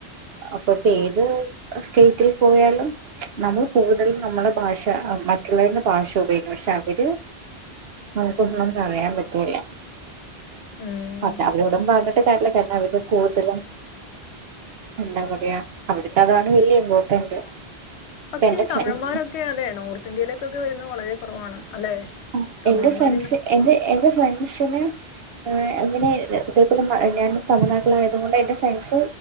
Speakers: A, on the right; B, on the left.
A: അപ്പൊ ഇപ്പൊ ഏത് സ്റ്റേറ്റിൽ പോയാലും നമ്മൾ കൂടുതലും നമ്മളെ ഭാഷ മറ്റുള്ളവരുടെ ഭാഷ ഉപയോഗിക്കും. പക്ഷെ അവര് നമുകൊന്നും പറയാൻ പറ്റൂല.
B: ഉം
A: പർഞാ അവരോടും പറഞ്ഞിട്ട് കാര്യല്ല. പിന്നെ അവര് കൂട്തലും എന്താ പറയാ അവർക്കതാണ് വലിയ ഇമ്പോർട്ടന്റ്.
B: പക്ഷേ
A: എന്റെ
B: ഈ തമിഴൻമാരൊക്കെ
A: ഫ്രണ്ട്സ്
B: അതെ നോർത്ത് ഇന്ത്യയിലേക്കൊക്കെ വരുന്നത് വളരെ കുറവാണ് അല്ലെ.
A: ആഹ്.
B: തമിഴന്മാരിന്ന്
A: എന്റെ ഫ്രണ്ട്സ് എന്റെ എന്റെ ഫ്രണ്ട്സിന് ഏഹ് അങ്ങനെ ഇത് ഇതേപോലെ മ ഞാൻ തമിഴ്നാട്ടിൽ ആയതുകൊണ്ട് എന്റെ ഫ്രണ്ട്സ്